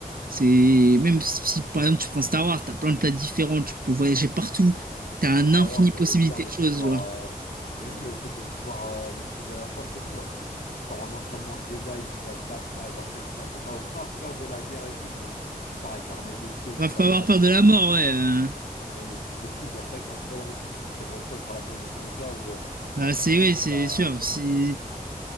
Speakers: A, on the right; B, on the left.
A: C'est même si par exemple tu prends Star Wars, t'as plein de planètes différentes, tu peux voyager partout. T'as
B: Non,
A: un
B: mais Star
A: infini
B: Wars, même
A: possibilité
B: le délire de
A: de
B: pouvoir.
A: choses, genre.
B: euh, T'imagines le fait de pouvoir euh, maîtriser la force et tout. Genre, tu, tu pars en entraînement Jedi, tu vas te battre. Ouais, bon, après, c'est ça, faut pas <laughs> avoir peur de la guerre et tout. Mais tu pars avec l'armée des clones,
A: Bah,
B: tu
A: faut
B: vas
A: pas
B: te
A: avoir
B: battre
A: peur
B: et
A: de la
B: tout, quoi.
A: mort, ouais. euh.
B: Mais truc de fou. Genre, c'est vrai que quand tu vois dans les films, tu te dis, t'aimerais trop être à la place de ces mecs-là ou euh,
A: Bah
B: ou justement,
A: c'est ouais,
B: tu
A: c'est
B: vas.
A: sûr. C'est